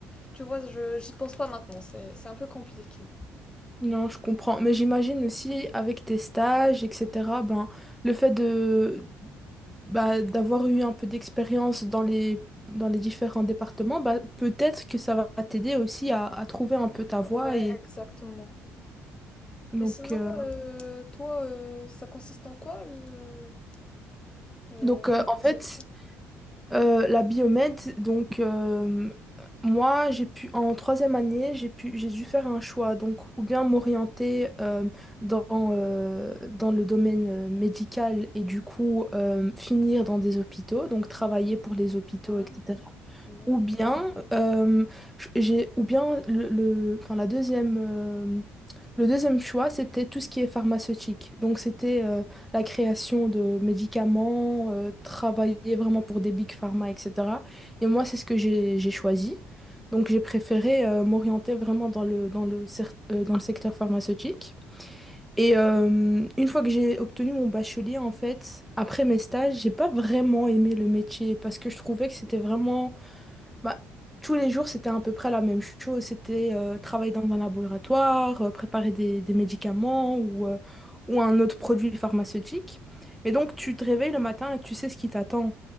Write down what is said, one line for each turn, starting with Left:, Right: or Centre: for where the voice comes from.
Left: tu vois, je, j'y pense pas maintenant. C'est, c'est un peu compliqué.
Centre: Non, je comprends. Mais j'imagine aussi avec tes stages, etc., ben, le fait de bah, d'avoir eu un peu d'expérience dans les, dans les différents départements, bah, peut-être que ça va t'aider aussi à, à trouver un peu ta voie.
Left: Ouais,
Centre: Et
Left: exactement.
Centre: donc,
Left: Et sinon,
Centre: euh,
Left: euh, toi, euh, ça consiste en quoi le, euh,
Centre: donc euh, en
Left: tes
Centre: fait,
Left: études?
Centre: Euh, la biomède, donc euh, moi j'ai pu en troisième année j'ai pu j'ai dû faire un choix donc ou bien m'orienter euh, dans euh, dans le domaine euh, médical et du coup euh, finir dans des hôpitaux donc travailler pour les hôpitaux
Left: Hein
Centre: etc.
Left: Ouais.
Centre: Ou bien euh, j'ai ou bien le, le- enfin la deuxième euh, le deuxième choix, c'était tout ce qui est pharmaceutique. Donc, c'était euh, la création de médicaments, euh, travailler vraiment pour des big pharma, etc. Et moi, c'est ce que j'ai j'ai choisi. Donc, j'ai préféré euh, m'orienter vraiment dans le, dans le, cer- euh, dans le secteur pharmaceutique. Et euh, une fois que j'ai obtenu mon bachelier, en fait, après mes stages, j'ai pas vraiment aimé le métier parce que je trouvais que c'était vraiment bah, tous les jours, c'était à peu près la même chose. C'était euh, travailler dans un laboratoire, euh, préparer des, des médicaments ou, euh, ou un autre produit pharmaceutique. Mais donc, tu te réveilles le matin et tu sais ce qui t'attend.